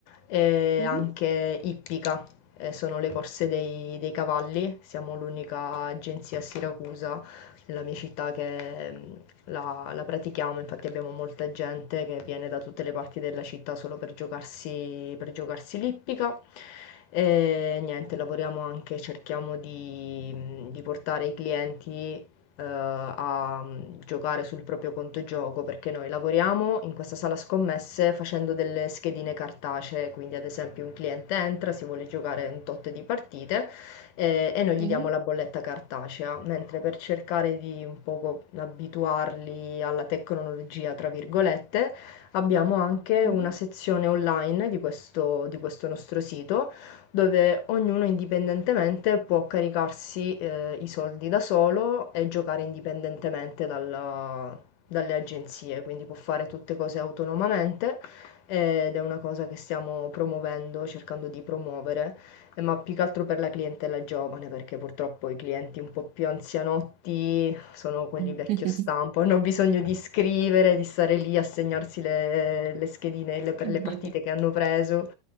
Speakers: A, on the left (about 70°); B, on the right (about 65°).
A: e
B: mhm,
A: anche ippica, eh, sono le corse dei, dei cavalli, siamo l'unica agenzia a Siracusa nella mia città che, la, la pratichiamo, infatti abbiamo molta gente che viene da tutte le parti della città solo per giocarsi, per giocarsi l'ippica. E niente, lavoriamo anche, cerchiamo di, di portare i clienti eh, a giocare sul proprio conto gioco perché noi lavoriamo in questa sala scommesse facendo delle schedine cartacee, quindi ad esempio un cliente entra, si vuole giocare un tot di partite eh, e noi gli
B: mhm,
A: diamo la bolletta cartacea, mentre per cercare di un poco abituarli alla tecnologia, tra virgolette, abbiamo anche
B: mhm,
A: una sezione online di questo, di questo nostro sito dove ognuno indipendentemente può caricarsi eh, i soldi da solo e giocare indipendentemente dalla- dalle agenzie, quindi può fare tutte cose autonomamente ed è una cosa che stiamo promuovendo, cercando di promuovere. Eh, ma più che altro per la clientela giovane, perché purtroppo i clienti un po' più anzianotti sono quelli
B: mhm,
A: vecchio stampo, hanno bisogno di scrivere, di stare lì a segnarsi le, le schedine le- per
B: mhm.
A: le partite
B: <laughs>
A: che hanno preso.